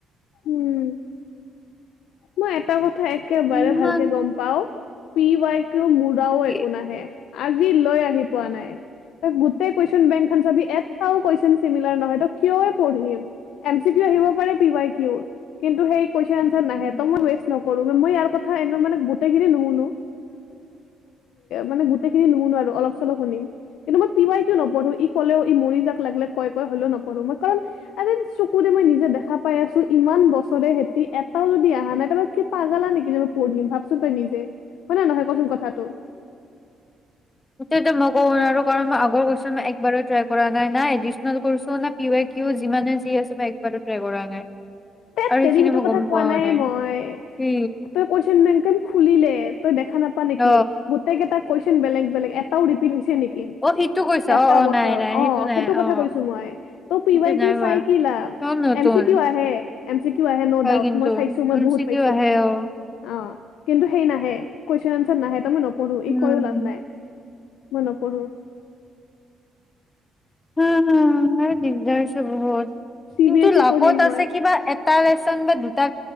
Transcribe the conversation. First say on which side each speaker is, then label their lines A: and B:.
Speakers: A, on the left; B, on the left.
A: উম মই এটা কথা তই একেবাৰে
B: ইমান
A: ভালকে গম পাও পি ৱাই কিয়ও মূৰাাও
B: কি
A: একো নাহে আজি লৈ আহিম পোৱা নাই ত গোটেই কুৱেশন বেং চি এটাও কুৱেশন নহয় কিয় পঢিম এম চি কিউ আহিব পাৰে পি বাই কিন্তু সেই কোৱেচন আনচাৰ
B: উম
A: নাহেটো পেছ নকৰো মই ইয়াৰ কথা গোটেইখিনি নুশুনো মানে গোটেইখিনি নুশুনো মানে অলপ চলপ শুনিম কিন্তু মই পি বাই কিউ নপঢ়ো কলেও ই মৰি যাক লাগিলে কয় কয় হলেও নপঢো মই কাৰণ এ চকুৰে মই নিজে দেখা পাই আছো ইমান বছৰে হঁতি এটাও যদি আহ হ নাই ত কিয় পাগালা নেকি মই পঢ়িম ভাবচোন তই নিজে হয় ন নহয় কচোন কথাটো
B: <unintelligible>
A: তেত
B: আৰু সেইখিনি
A: তেৰি সেইটো
B: মই
A: কথা
B: গম
A: কোৱা
B: পোৱাও
A: নাই মই
B: কি
A: তই কৈচ বেংখন খুলিলে তই দেখা নাপা নেকি
B: অ
A: গোটেই কেইটা কুৱেচন বেলেগ বেগ এটাও ৰিপিট হৈছে নেকি
B: অ সিটো কৈছা
A: এটা
B: অ অ
A: বছৰ
B: নাই নাই
A: অ
B: নাই
A: সেইটো কথা
B: অ
A: কৈছো মই ত পি
B: সেইটো
A: ৱাই
B: নাই
A: কিউ
B: হোৱা
A: চাই কি লাভ
B: চব নতুন
A: এম চি কিউ আহে এম চি কিউ আহে ন
B: হয়
A: ডাউট
B: কিন্তু
A: মই চাইছো মই
B: এম
A: বহুত
B: চি
A: পাইছো
B: কিউ আহে অ
A: অ কিন্তু সেই নাই কোৱেচন আনচাৰ নাহে কৰো
B: উম
A: ই কয়ো লাভ নাই বন পঢ়ো
B: উম উম দিগদা হৈছে বহুত
A: চি
B: কিন্তু
A: বি এছ
B: লাভত
A: ই পঢ়িম মই
B: আছে কিবা এটা তাত এটা দুটা